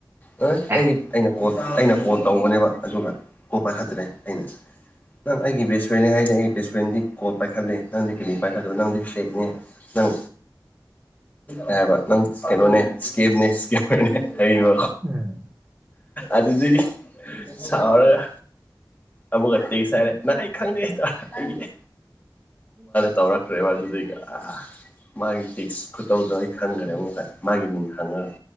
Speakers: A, on the left (about 20°); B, on the right (about 35°).
A: ꯍꯣꯏ
B: ꯑꯦ
A: ꯑꯩꯒꯤ ꯑꯩꯅ ꯀꯣ ꯑꯩꯅ ꯀꯣꯜ ꯇꯧꯕꯅꯦꯕ ꯑꯗꯨꯒ ꯀꯣ ꯄꯥꯏꯈꯠꯇ꯭ꯔꯦ ꯑꯩꯅ ꯅꯪ ꯑꯩꯒꯤ ꯕꯦꯁ ꯐ꯭ꯔꯦꯟ ꯍꯥꯏꯔꯗꯤ ꯑꯩꯒꯤ ꯕꯦꯁ ꯐ꯭ꯔꯦꯟꯗꯤ ꯀꯣꯜ ꯄꯥꯏꯈꯠꯂꯦ ꯅꯪꯗꯤ ꯀꯔꯤ ꯄꯥꯏꯈꯠꯂꯣ ꯅꯪꯗꯤ ꯐꯔꯤꯠꯅꯦ ꯅꯪ ꯍꯥꯏꯕ ꯅꯪ ꯀꯩꯅꯣꯅꯦ ꯏꯁꯀꯦꯞꯅꯦ ꯏꯁꯦꯞꯄꯔꯅꯦ ꯍꯥꯏꯕꯤꯕ
B: ꯎꯝ
A: ꯑꯗꯨꯗꯤꯗꯤ ꯁꯥꯎꯔꯒ ꯑꯃꯨꯛ ꯇꯦꯛꯁ ꯍꯥꯏꯔꯦ ꯅꯪ ꯑꯩ ꯈꯪꯗꯦ ꯑꯩꯦ
B: ꯎ
A: ꯇꯧꯔꯛꯇ꯭ꯔꯦꯕ ꯑꯗꯨꯗꯤꯒ ꯃꯥꯒꯤ ꯇꯤꯁ ꯇꯧꯗꯣ ꯑꯩ ꯈꯪꯈ꯭ꯔꯦ ꯑꯃꯨꯥꯏ ꯃꯥꯒꯤ ꯃꯤꯡ ꯈꯪꯉꯒ